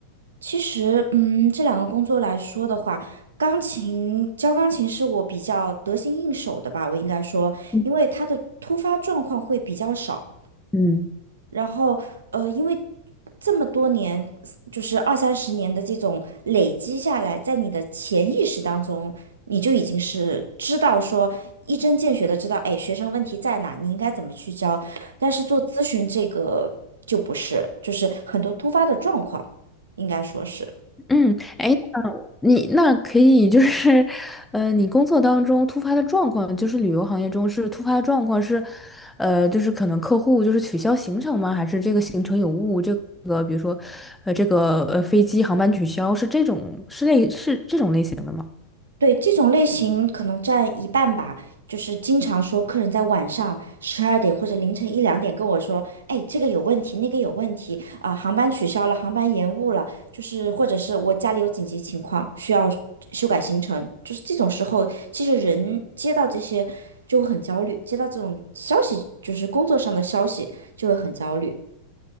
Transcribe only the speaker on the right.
其实，嗯，这两个工作来说的话，钢琴教钢琴是我比较得心应手的吧，我应该说，
因为它的突发状况会比较少。
然后呃，因为这么多年，就是二三十年的这种累积下来，在你的潜意识当中，你就已经是知道说一针见血的知道，哎，学生问题在哪，你应该怎么去教。但是做咨询这个就不是，就是很多突发的状况，应该说是。
对，这种类型可能占一半吧，就是经常说客人在晚上十二点或者凌晨一两点跟我说，哎，这个有问题，那个有问题，啊、航班取消了，航班延误了，就是或者是我家里有紧急情况需要修改行程，就是这种时候，其实人接到这些就会很焦虑，接到这种消息，就是工作上的消息就会很焦虑。